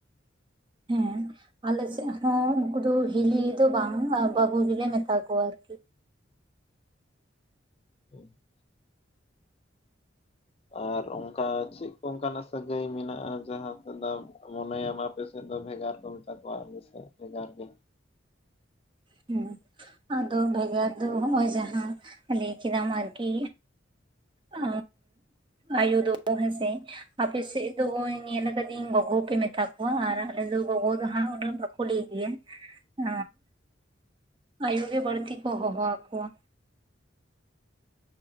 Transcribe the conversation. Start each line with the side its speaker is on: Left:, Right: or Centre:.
Right: ᱦᱮᱸ᱾ ᱟᱞᱮ ᱥᱮᱫ ᱦᱚᱸ ᱩᱱᱠᱩ ᱫᱚ ᱦᱤᱞᱤ ᱫᱚ ᱵᱟᱝ ᱵᱟᱹᱦᱩ ᱜᱮᱞᱮ ᱢᱮᱛᱟ ᱠᱚᱣᱟ ᱟᱹᱨᱠᱤ᱾
Left: <unintelligible>
Right: <inaudible>
Left: ᱟᱨ ᱚᱱᱠᱟ ᱪᱮᱫ ᱠᱚ ᱚᱱᱠᱟᱱᱟᱜ ᱥᱟᱹᱜᱟᱹᱭ ᱢᱮᱱᱟᱜ-ᱟ? ᱡᱟᱦᱟᱸ ᱥᱮᱫᱟ ᱢᱚᱱᱮᱭᱟᱢ ᱟᱯᱮ ᱛᱮᱫ ᱫᱚ ᱵᱷᱮᱜᱟᱨ ᱠᱚ ᱢᱮᱛᱟ ᱠᱚᱣᱟ᱾ ᱟᱞᱮ ᱥᱮᱫ ᱵᱷᱮᱜᱟᱨ ᱜᱮ
Right: ᱦᱩᱸ ᱟᱫᱚ ᱵᱮᱜᱟᱫ ᱡᱟᱸᱦᱟ ᱞᱟᱹᱭ ᱠᱷᱤᱫᱟᱢ ᱟᱨᱠᱤ, ᱟ ᱟᱭᱳ ᱫᱚ ᱦᱮᱸᱥᱮ ᱟᱯᱮᱥᱮᱫ ᱫᱚ ᱦᱚᱭ ᱧᱮᱞ ᱟᱠᱟᱫᱤᱧ ᱜᱚᱜᱚ ᱯᱮ ᱢᱮᱛᱟ ᱠᱚᱣᱟ ᱟᱨ ᱟᱞᱮ ᱫᱚ ᱜᱚᱜᱚ ᱫᱚ ᱦᱟᱸᱜ ᱩᱱᱟᱜ ᱵᱟᱠᱼᱼ ᱠᱩᱲᱤ ᱜᱮ ᱦ ᱟᱭᱩ ᱜᱮ ᱵᱟᱹᱲᱛᱤ ᱠᱚ ᱦᱚᱦᱚ ᱟᱠᱚᱣᱟ